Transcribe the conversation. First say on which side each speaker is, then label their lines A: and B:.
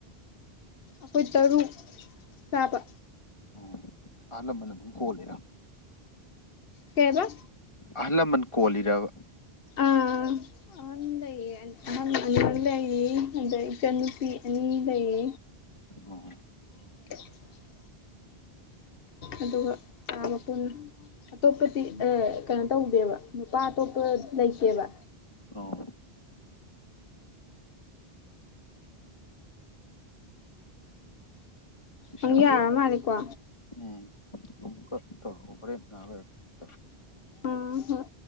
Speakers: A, on the left (about 65°); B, on the left (about 30°).
A: ꯑꯩꯈꯣꯏ ꯇꯔꯨꯛ ꯆꯥꯕ
B: ꯑꯣ ꯑꯍꯟ ꯂꯃꯟ ꯑꯗꯨꯝ ꯀꯣꯜꯂꯤꯔ‌ꯣ
A: ꯀꯩꯑꯕ
B: ꯑꯍꯜ ꯂꯃꯟ ꯀꯣꯜꯂꯤꯔꯕ
A: ꯑ ꯑꯍꯟ ꯂꯩꯌꯦ ꯑ ꯑꯍꯟ <unintelligible> ꯂꯩ ꯑꯗꯩ ꯏꯆꯟꯅꯨꯄꯤ ꯑꯅꯤ ꯂꯩ
B: ꯑꯣ
A: <unintelligible> ꯑꯗꯨꯒ ꯆꯥꯕ ꯄꯨꯟ ꯑꯇꯣꯞꯄꯗꯤ ꯑ ꯀꯩꯅꯣ ꯇꯧꯗꯦꯕ ꯅꯨꯄꯥ ꯑꯇꯣꯞꯄ ꯂꯩꯇꯦꯕ
B: ꯑꯣ ꯇꯨꯏꯁꯟꯁꯦ
A: ꯅꯪ ꯌꯥꯔ ꯃꯥꯜꯂꯦꯀꯣ
B: ꯎꯝ ꯑꯃꯨꯛꯀ ꯇꯧꯔꯛꯑꯣ ꯍꯣꯔꯦꯟ ꯉꯍꯥꯛ ꯂꯩꯔꯒ ꯇꯧꯔꯛꯑꯣ꯫
A: ꯑ ꯍꯣꯏ